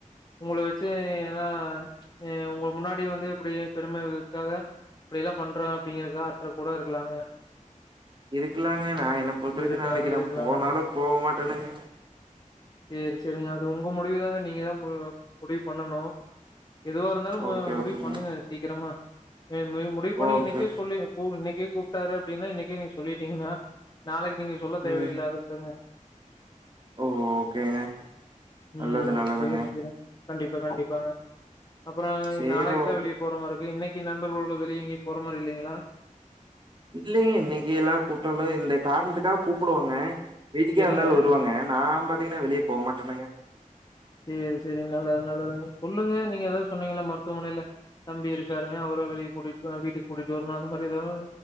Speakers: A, on the left; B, on the right.
A: உங்கள வச்சு ஏன்னா உங்க முன்னாடி வந்து அப்டியே பெருமைகளுக்காக இப்டிதா பண்ற அப்டிங்கறத காட்றதுக் கூட இருக்கலாங்க
B: இருக்கலாங்க நா என்ன பொறுத்தவருக்கு
A: இருக்கலாங்க,
B: நாளைக்கு நா
A: இருக்கலாங்க.
B: போனாலு போக மாட்டோனுங்க
A: சேரி சேரிங்க அது உங்க முடிவு தாங்க நீங்க தா முடிவு பண்ணனு எதுவா இருந்தாலு
B: ஓகே
A: அ முடிவு
B: ஓகேங்க
A: பண்ணுங்க சீக்கிரமா முடிவு பண்ணி
B: ஓகே
A: இன்னைக்கே சொல்லி இன்னைக்கே கூப்ட்டாரு அப்டின்னா இன்னைக்கே நீங்க சொல்லிட்டீங்கன்னா நாளைக்கு நீங்க சொல்ல தேவையில்ல
B: ம்
A: அதுக்கு தாங்க
B: ஓ ஓகேங்க நல்லது
A: ம்
B: நல்லதுங்க
A: சேரி சேரி கண்டிப்பா கண்டிப்பாங்க அப்புற
B: சேரோ
A: நாளைக் கி போற மாரி இருக்கு இன்னைக்கு நண்பர்களோட வெளிய எங்கயு போற மாரி இல்லைங்களா
B: இல்லைங்க இன்னைக்கு எல்லா கூட்டாலு இந்த காரணத்துக்காக கூப்புடுவாங்க வீட்டுக்கே
A: சரிங்க.
B: வந்தாலு வருவாங்க நா பாத்தீங்கன்னா வெளியே போக மாட்டேனுங்க
A: சேரி சேரி நல்லது நல்லதுங்க சொல்லுங்க நீங்க ஏதாவது சொன்னீங்க மருத்துவமனையில தம்பி இருக்காருங்க அவர வெளிய கூட்டிட்டு வீட்டுக்கு கூட்டிட்டு வரணு அந்த மாதிரி எதாவது